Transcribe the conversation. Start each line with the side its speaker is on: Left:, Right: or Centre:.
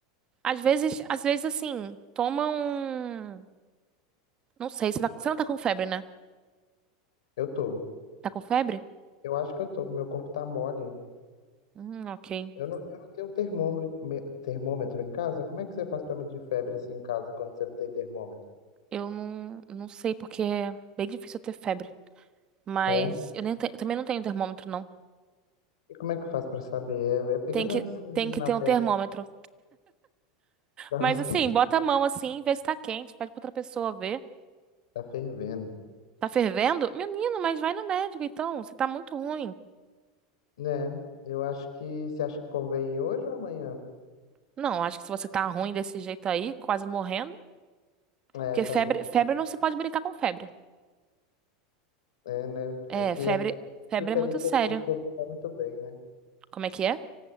Right: Às vezes, às vezes, assim, toma um... Não sei, você, tá- você não tá com febre, né?
Left: Eu tô.
Right: Tá com febre?
Left: Eu acho que eu tô, meu corpo tá mole.
Right: Hum, ok.
Left: Eu não, eu não tenho termômetro, me- termômetro em casa. Como é que você faz para medir febre assim em casa quando você não tem termômetro?
Right: Eu não, não sei, porque é bem difícil eu ter febre. Mas
Left: É.
Right: eu nem te- também não tenho termômetro, não.
Left: E como é que faz pra saber? É, é pegando
Right: Tem que,
Left: assim mesmo
Right: tem que
Left: na
Right: ter
Left: testa
Right: um termômetro.
Left: <laughs> pra
Right: Mas,
Left: ver se
Right: assim,
Left: tá
Right: bota a mão assim, vê se tá quente, pede pra outra pessoa ver.
Left: tá fervendo.
Right: Tá fervendo? Menino, mas vai no médico, então. Você tá muito ruim.
Left: Né? Eu acho que você acha que convém hoje ou amanhã?
Right: Não, acho que se você tá ruim desse jeito aí, quase morrendo,
Left: É,
Right: Porque
Left: tá,
Right: febre,
Left: mu-
Right: febre não se pode brincar com febre.
Left: é, né?
Right: É,
Left: É que
Right: febre,
Left: a-
Right: febre
Left: fica
Right: é muito
Left: ali que
Right: sério.
Left: o corpo não tá muito bem, né?
Right: Como é que é?